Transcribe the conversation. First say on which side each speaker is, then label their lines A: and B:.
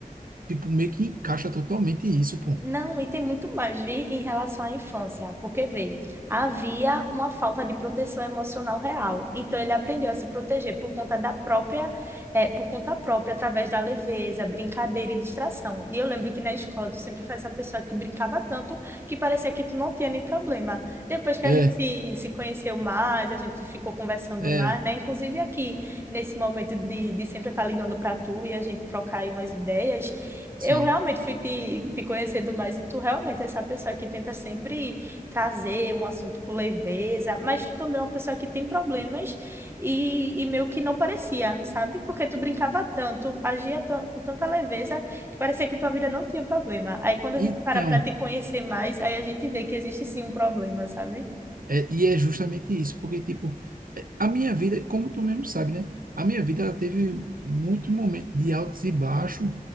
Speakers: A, on the right; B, on the right.
A: tipo, meio que encaixa totalmente isso, pô.
B: Não, e tem muito mais, vi, em relação à infância, porque vê, havia uma falta de proteção emocional real. Então ele aprendeu a se proteger por conta da própria, eh, por conta própria, através da leveza, brincadeira e distração. E eu lembro que na escola tu sempre foi essa pessoa que brincava tanto que parecia que tu não tinha nem problema. Depois que
A: É,
B: a gente se, se conheceu mais, a gente ficou conversando
A: é,
B: mais, né? Inclusive aqui, nesse momento de, de sempre estar ligando para tu e a gente trocar aí umas ideias.
A: sim.
B: Eu realmente fui te, te conhecendo mais e tu realmente é essa pessoa que tenta sempre trazer um assunto com leveza, mas tu também é uma pessoa que tem problemas e, e meio que não parecia, sabe? Porque tu brincava tanto, agia tan- com tanta leveza que parecia que tua vida não tinha problema. Aí quando a
A: Então,
B: gente para para te conhecer mais, aí a gente vê que existe sim um problema, sabe?
A: é, e é justamente isso, porque, tipo, é, a minha vida, como tu mesmo sabe, né? A minha vida, ela teve muito momento de altos e baixos,